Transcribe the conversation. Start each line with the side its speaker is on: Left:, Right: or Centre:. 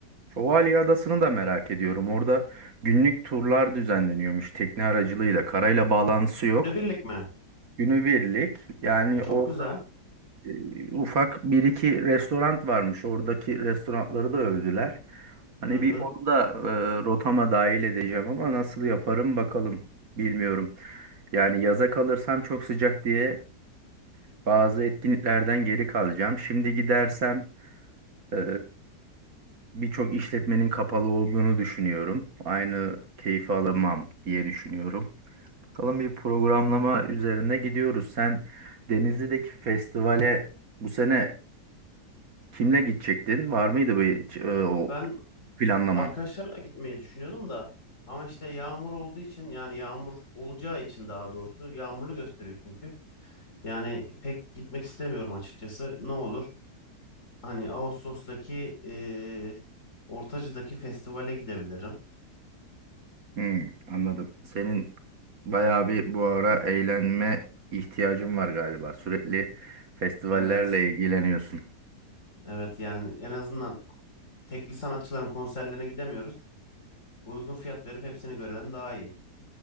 Right: Şövalye Adası'nı da merak ediyorum. Orada günlük turlar düzenleniyormuş tekne aracılığıyla. Karayla bağlantısı yok.
Left: Günübirlik mi?
Right: Günübirlik yani
Left: E, çok
Right: o
Left: güzel.
Right: e, ufak bir iki restoran varmış. Oradaki restoranları da övdüler. Hani
Left: Hı hı.
Right: bir onu da e, rotama dahil edeceğim ama nasıl yaparım bakalım. Bilmiyorum. Yani yaza kalırsam çok sıcak diye bazı etkinliklerden geri kalacağım. Şimdi gidersem e, birçok işletmenin kapalı olduğunu düşünüyorum. Aynı keyfi alamam diye düşünüyorum. Bakalım bir programlama üzerine gidiyoruz. Sen Denizli'deki festivale bu sene Kimle gidecektin? Var mıydı bir e, o
Left: Ben
Right: planlaman?
Left: arkadaşlarla gitmeyi düşünüyordum da ama işte yağmur olduğu için yani yağmur olacağı için daha doğrusu yağmurlu gösteriyor çünkü. Yani pek gitmek istemiyorum açıkçası. Ne olur? Hani Ağustos'taki eee Ortacı'daki festivale gidebilirim.
Right: Hmm, anladım. Senin bayağı bir bu ara eğlenme ihtiyacın var galiba. Sürekli festivallerle
Left: Evet.
Right: ilgileniyorsun.
Left: Evet yani en azından tekli sanatçıların konserlerine gidemiyoruz. Uygun fiyat verip hepsini görelim daha iyi.